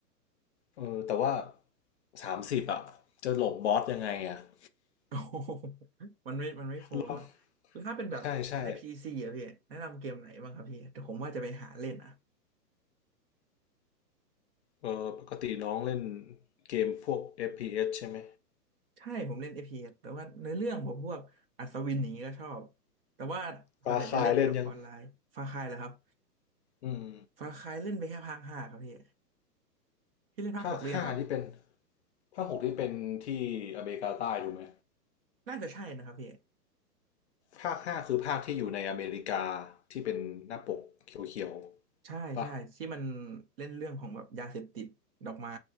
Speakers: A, on the left; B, on the right.
A: เออแต่ว่าสามสิบอ่ะจะหลบบอสยังไงอ่ะ <laughs>
B: โอ้โห <laughs> มันไม่มันไม่โฟร์เนาะแล้วถ้าเป็นแบบใน
A: หลบใช่ใช่
B: PC อะพี่แนะนำเกมไหนบ้างครับพี่แต่ผมว่าจะไปหาเล่นอะ
A: เออปกติน้องเล่นเกมพวก FPS ใช่ไหม
B: ใช่ผมเล่น FPS แต่ว่าในอเรื่องผมพวกอัศวินอย่างนี้ก็ชอบแต่ว่าส่วนใหญ่จะเล่นเป็นแบบออนไลน์ฟาคายเหรอครับ
A: ปลาคายเล่นยังอืม
B: ฟาคายเล่นไปแค่ภาคห้าครับพี่พี่เล่นภาคหกหรือยังครับ
A: ภาคห้าที่เป็นภาคหกที่เป็นที่อเมริกาใต้ถูกไหม
B: น่าจะใช่นะครับพี่
A: ภาคห้าคือภาคที่อยู่ในอเมริกาที่เป็นหน้าปกเขียวๆปะ
B: ใช่ใช่ที่มันเล่นเรื่องของแบบยาเสพติดดอกไม้